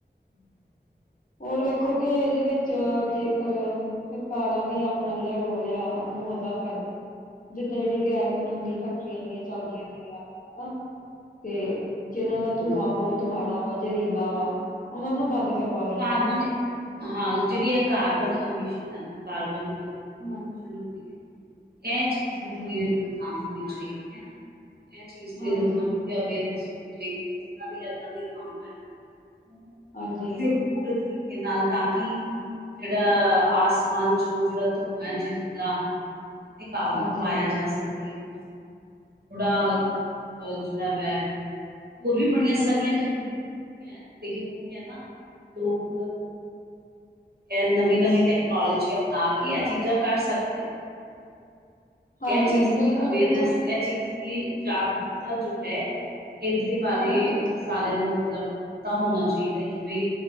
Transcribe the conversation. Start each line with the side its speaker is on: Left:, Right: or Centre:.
Right: ਹਕ।
Left: ਹੋਰ ਵੇਖੋ ਕਿ ਇਹਦੇ ਵਿੱਚ
Right: ਬਣਾਈ
Left: ਜੇਕਰ
Right: ਹੈ
Left: ਸਰਕਾਰਾਂ ਵੀ ਆਪਣਾ ਜਿਹੜਾ ਰੋਲ ਆ ਉਹਨੂੰ ਅਦਾ ਕਰਨਾ। ਜਿੱਦਾਂ ਜਿਹੜੀ ਗੈਰ ਕਾਨੂੰਨੀ ਫੈਕਟਰੀਆਂ ਜਿਹੜੀਆਂ ਚੱਲਦੀਆਂ ਪਈਆਂ ਹਨਾ ਤੇ ਜਿਹਨਾਂ ਦਾ ਧੂੰਆਂ
Right: ਹਾਂਜੀ
Left: ਬਹੁਤ ਮਾੜਾ ਵਾ ਜ਼ਹਿਰੀਲਾ ਵਾ ਉਹਨਾਂ ਨੂੰ ਬੰਦ ਕਰਵਾ ਦੇ।
Right: ਕਾਰਬਨ ਹਾਂ ਜਿਹੜੀ ਹੈ ਕਾਰਬਨ ਅਮਿਸ਼ਨ ਹੈ ਨਾ ਕਾਰਬਨ
Left: ਹਮ।
Right: ਰੀ ਇਹ ਚੀਜ਼
Left: ਹਾਂਜੀ
Right: ਦੀ ਰੋਕਥਾਮ ਹੋਣੀ ਚਾਹੀਦੀ ਹੈ। ਇਹ ਚੀਜ਼ ਤੇ
Left: ਹਾਂਜੀ
Right: ਲੋਕਾਂ ਨੂੰ ਵੀ ਅਵੇਅਰਨੈਸ ਹੋਣੀ। ਚਾਹੀਦੀ ਕਿ ਜਿਨਾਂ ਦੇ ਇਏਦਾਂ ਦੇ ਕਾਨੂੰਨ ਹੈ ਨੇ।
Left: ਹਾਂਜੀ
Right: ਹੋਰ ਤਰੀਕੇ ਨਾਲ ਤਾਂ ਕਿ ਜਿਹੜਾ, ਆਸਮਾਨ ਚ ਉਹ ਜਿਹੜਾ ਧੂੰਆਂ ਹੈ ਜ਼ਹਿਰੀਲਾ। ਉਹਦੇ ਤੇ ਕਾਬੂ
Left: ਹਾਂਜੀ
Right: ਪਾਇਆ ਜਾ ਸਕੇ। ਮਤਲਬ ਉਹ ੜਾ- ਜਿਹੜਾ ਵੈ ਹੋਰ ਵੀ ਬੜੀਆਂ ਸਾਰੀਆਂ ਟੈਕਨੀਕਾਂ ਲੇਕਿਨ ਉਹੀ ਹੈ ਨਾ। ਧੁੱਪ ਇਹ ਨਵੀਂ- ਨਵੀਂ ਟੈਕਨੋਲੋਜੀ ਅਪਣਾ ਕੇ ਇਹ ਚੀਜ਼ਾਂ ਕਰ ਸਕਦੇ ਨੇ।
Left: ਹਾਂਜੀ
Right: ਇਹ ਚੀਜ਼
Left: ਹਾਂਜੀ
Right: ਦੀ
Left: ਬਿਲਕੁਲ
Right: ਅਵੇਅਰਨੈਸ
Left: ਵੇਖੋ
Right: ਇਹ ਚੀਜ਼ ਦੀ ਜਾਗਰੂਕਤਾ ਜੋ ਹੈ। ਇਹਦੇ ਬਾਰੇ
Left: ਹਾਂਜੀ
Right: ਸਾਰਿਆਂ ਨੂੰ ਮਤਲਬ ਪਤਾ ਹੋਣਾ ਚਾਹੀਦਾ। ਕਿ ਬਈ